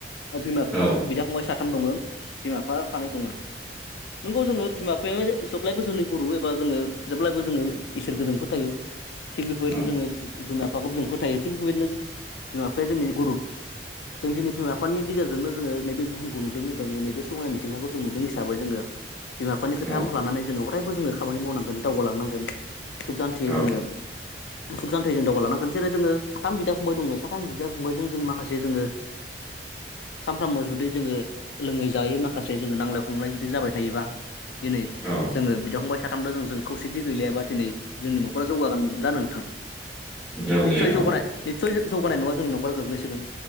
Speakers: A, on the left; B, in the centre.
A: बिमा
B: औ
A: बिदा फंबाय साथाम दङो, बिमा बिफा सानै दङो। नोंगौ जोङो बिमा बिफाया जेब्लायबो जोंनि गुरु एबा जोङो जेब्लायबो जोङो इसोरखौ फोथायो। थिग बेफोरबायदिनो
B: औ
A: जोङो बिमा बिफाखौ जों फोथायो थिग बेबायदिनो बिमा बिफाया जोंनि गुरु। जों दिनै बिमा बिफानि गेजेरजोंनो जोङो नैबे बुहुमखौ नुदों एबा नैबे समायनानि मिथिंगाखौ जों नुदों हिसाबै जोङो बिमा बिफानि खोथा
B: औ
A: लानानै जोङो अरायबो जोङो खामानि मावनांगोन दावगालांनांगोन सुख जान्थियै
B: औ
A: जोङो सुखसान्थि जों दावगालांनांगोन जेरै जोङो साथाम बिदा फंबाय दङो, साथाम बिदा फंबायजों जों माखासे जोङो सानफ्रामबो जुदि जोङो लोङै जायै माखासे जोङो नांलाय खमलाय जुदि जाबाय थायोबा दिनै
B: औ
A: जोङो बिदा फंबाय साथामबो जों जों खौसेथि गैलायाबा दिनै जोंनि न'खरा जौगागोन जानो नोंथां?
B: जौ गैया
A: निसय
B: औ
A: जौगानाय निसय जौगानाय नङा जोंनि न'खराव गोग्लैसोगोन